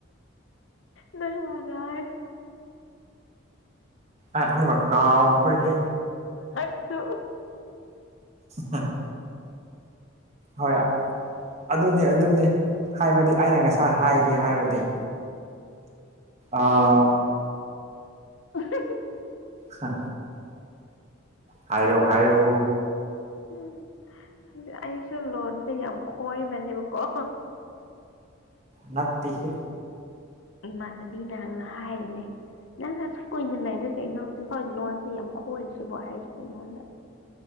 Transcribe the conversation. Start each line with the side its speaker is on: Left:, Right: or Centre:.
Left: ꯅꯣꯏ ꯃꯗ ꯍꯥꯏꯔꯣ
Right: ꯑ ꯑꯃꯨꯒ ꯀꯥꯎꯈꯔꯤ ꯍꯦ
Left: ꯍꯩꯁꯨ
Right: ꯍꯝ ꯍꯣꯏ ꯑꯗꯨꯅꯦ ꯑꯗꯨꯅꯦ ꯍꯥꯏꯕꯗꯤ ꯑꯩꯅ ꯉꯁꯥꯏ ꯍꯥꯏꯒꯦ ꯍꯥꯏꯕꯗꯤ ꯑꯥ
Left: ꯎꯍꯨ ꯍꯨ
Right: ꯍꯥ ꯍꯥꯏꯔꯣ ꯍꯥꯏꯔꯣ
Left: ꯎꯝ ꯑꯩꯁꯨ ꯂꯣꯟꯁꯦ ꯌꯥꯝ ꯈꯣꯏꯕꯅꯦꯕꯀꯣ
Right: ꯅꯠꯇꯦꯍꯦ
Left: ꯏꯃꯥꯟꯅꯕꯤꯅ ꯍꯥꯏꯔꯤꯅꯦ ꯅꯪꯁ ꯑꯁꯨꯛ ꯀꯨꯏꯅ ꯂꯩꯔꯒꯦ ꯑꯩꯅ ꯍꯧꯖꯤꯛ ꯐꯥꯎ ꯂꯣꯟꯁꯤꯦ ꯌꯥꯝ ꯈꯣꯏꯔꯤꯁꯤꯕꯣ ꯍꯥꯏꯔꯤꯁꯤꯅꯦ ꯑꯩꯉꯣꯟꯗ